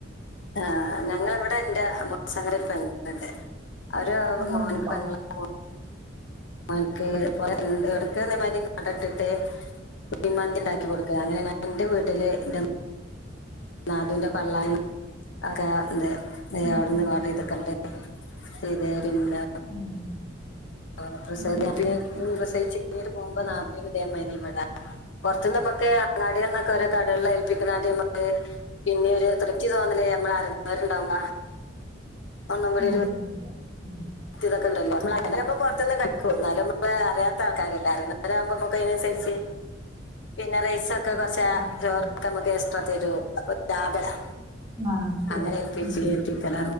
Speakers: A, on the left (about 75°); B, on the right (about 20°).
A: ആഹ് ഞങ്ങള് ഇവടെ ഇന്റെ അമ്മോ സാക്കാൻ്റെ ഒരു പെങ്ങള്ണ്ട് അവരെ
B: അങ്ങനെയുണ്ടല്ലേ
A: മോൻക്ക് പെങ്ങളെ മോ മോൻക്ക് ഇപ്പൊ ഇൻ എവടക്കേർഞ്ഞമാരി കട ഇട്ടിട്ട് കുയ്മന്തി ഇണ്ടാക്കി കൊടുക്ക അങ്ങനെ ഞാൻ ഇൻ്റെ വീട്ടില് ഇൻ്റെ നാത്തൂന്റെ പള്ളാനും ഒക്കെ ഇണ്ട് <unintelligible>
B: ഉം
A: അവിട്ന്ന്
B: ഉം
A: ഓഡറീത്ക്കണ്ട്. ചെയ്തേ പിന്നെ
B: <unintelligible>
A: ആഹ് പ്രസവത്തിന്
B: ഇന്ന്
A: <unintelligible> പ്രസവി ചീര്‌ന്യേറ്റ് പോവുമ്പോ നാപ്പയ്ന് ഇതേമാരി ഇവടെ പൊറത്ത്ന്ന്മ്മക്ക് അങ്ങാട്യോൾന്നൊക്കെ ഓരോ കടേൾല് ഏൽപ്പിക്കണാദ്യമ്മ പിന്നീ ഒരു തൃപ്തി തോന്നല് നമ്മള് അറിണോര്ണ്ടാവുമ്പളാ ഒന്നും കൂടിയൊരു
B: ആ അത്
A: വൃ
B: ശരിയാ ഉം
A: ത്തി <unintelligible> പൊറത്ത് ന്ന്ക്കെ ഇട്ക്കും ഇന്നാലും <unintelligible> അതറ്യാത്ത ആൾക്കാരല്ലേ അറി ണോരാവുമ്പൊമ്മൊക്കയ്നന്സരിച്ച് പിന്നെ റൈസ ക്കെ കൊറച്ച്
B: ഉം
A: ചോറൊക്കെ
B: ഉം
A: നമുക്ക് എക്സ്ട്രാ തരൂ അപ്പൊ ലാഭ ലേ
B: ആ അത് ശരിയാ
A: അങ്ങനെ ഏൽപ്പിച്ച
B: ആ
A: ഏപ്പിക്കല